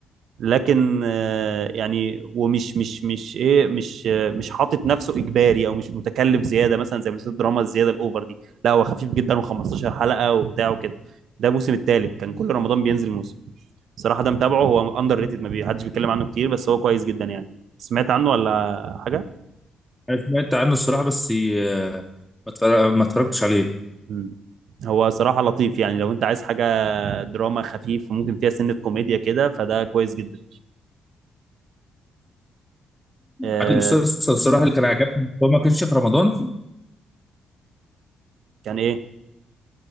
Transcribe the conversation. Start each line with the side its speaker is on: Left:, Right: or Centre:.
Right: لكن آه، يعني ومش مش مش ايه مش آه، مش حاطط نفسه اجباري او مش متكلف زياده مثلا زي مسلسلات الدراما الزياده الاوفر دي لا هو خفيف جدا و15 حلقه وبتاع وكده ده الموسم الثالث كان كل رمضان بينزل موسم بصراحه ده متابعه هو اندر ريتد ما بي- حدش بيتكلم عنه كتير بس هو كويس جدا يعني سمعت عنه ولا حاجه
Centre: انا سمعت عنه الصراحه بس آه، ما اتفر- ما اتفرجتش عليه
Right: مم. هو صراحه لطيف يعني لو انت عايز حاجه دراما خفيف وممكن فيها سنه كوميديا كده فده كويس جدا آه،
Centre: عارف المسلسل الصراحه اللي كان عجبني هو ما كانش في رمضان
Right: كان ايه